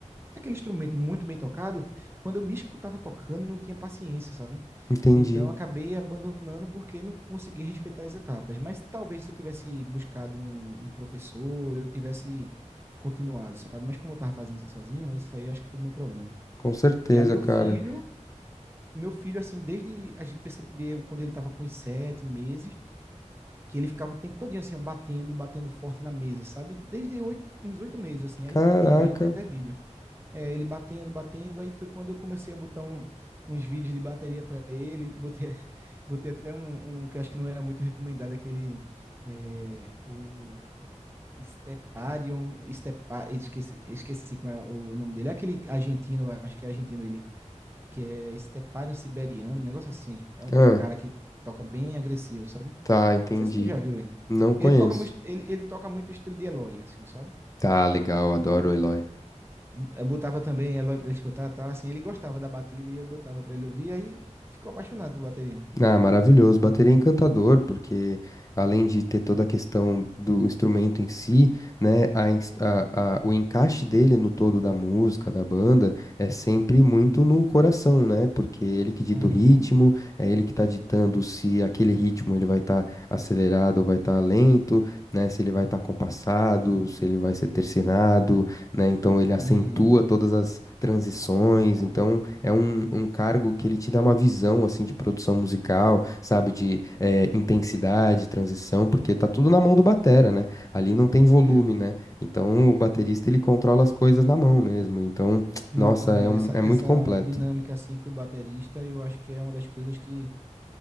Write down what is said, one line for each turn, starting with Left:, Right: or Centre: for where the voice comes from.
Right: daquele instrumento muito bem tocado, quando eu me escutava tocando, eu não tinha paciência, sabe?
Left: entendi.
Right: Então, eu acabei abandonando porque não consegui respeitar as etapas. Mas talvez se eu tivesse buscado um, um professor, eu tivesse continuado, sabe? Mas como eu estava fazendo sozinho, isso aí acho que foi meu problema.
Left: Com certeza,
Right: Já meu
Left: cara.
Right: filho, meu filho, assim, desde a gente percebeu quando ele estava com os sete meses, que ele ficava o tempo todinho, assim, ó, batendo, batendo forte na mesa, sabe? Desde oito, uns oito meses, assim,
Left: Caraca.
Right: é incrível, a gente tem até vídeo. É, ele batendo, batendo. Aí foi quando eu comecei a botar um- uns vídeos de bateria para ele. Botei, <laughs> botei até um, um que eu acho que não era muito recomendado, aquele é, o Steparion, Stepa, esqueci, esqueci como é o nome dele. É aquele argentino, eu acho que é argentino ele, que é Steparion Siberiano, um negócio assim. É um,
Left: Ah,
Right: um cara que toca bem agressivo, sabe? Não
Left: tá, entendi.
Right: sei se tu já viu ele.
Left: Não conheço.
Right: Ele toca, muito- ele, ele toca muito estilo de Eloy, assim, sabe?
Left: Tá, legal, adoro o Eloy.
Right: Eu botava também Eloy pra ele escutar, tal, assim, ele gostava da batida e eu botava pra ele ouvir, aí ficou apaixonado por bateria.
Left: Ah, maravilhoso. Bateria é encantador, porque além de ter toda a questão do instrumento em si, né, a, ins- a- a- o encaixe dele no todo da música, da banda, é sempre muito no coração, né? Porque é ele que dita
Right: Uhum,
Left: o ritmo, é ele que tá ditando se aquele ritmo ele vai estar acelerado ou vai estar lento, né? Se ele vai estar compassado, se ele vai ser tercinado, né? Então ele acentua
Right: uhum,
Left: todas as transições, então é um, um cargo que ele te dá uma visão, assim, de produção musical, sabe? De eh, intensidade, transição, porque tá tudo na mão do batera, né? Ali não tem volume,
Right: é.
Left: né? Então o baterista ele controla as coisas na mão mesmo, então, <tsk>
Right: Não,
Left: nossa,
Right: é
Left: é, um-
Right: essa,
Left: é muito
Right: essa
Left: completo.
Right: dinâmica, assim, do baterista, eu acho que é uma das coisas que